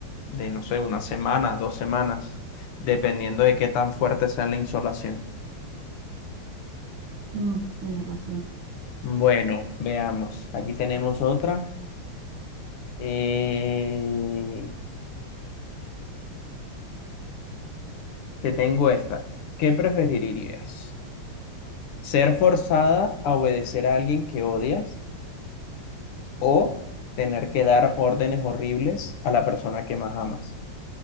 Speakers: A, on the left; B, on the right.
A: de, no sé, una semana, dos semanas, dependiendo de qué tan fuerte sea la insolación.
B: Mm, tienes razón.
A: Bueno, veamos. Aquí tenemos otra. Eh, Te tengo esta. ¿Qué preferirías? ¿Ser forzada a obedecer a alguien que odias o tener que dar órdenes horribles a la persona que más amas?